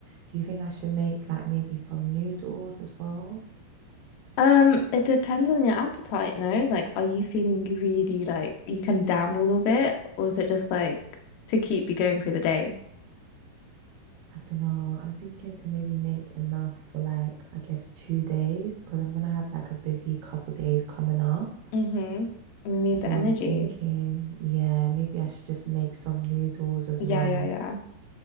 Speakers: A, on the right (about 85°); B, on the left (about 85°).
A: Do you think I should make like maybe some noodles as well?
B: Um, it depends on your appetite, no? Like, are you feeling really like you can down all of it, or is it just like to keep you going through the day?
A: I don't know. I'm thinking to maybe make enough for like, I guess two days because I'm gonna have like a busy couple days coming up.
B: hmm We need
A: So
B: the
A: I'm
B: energy.
A: thinking, yeah, maybe I should just make some noodles as
B: Yeah,
A: well.
B: yeah, yeah.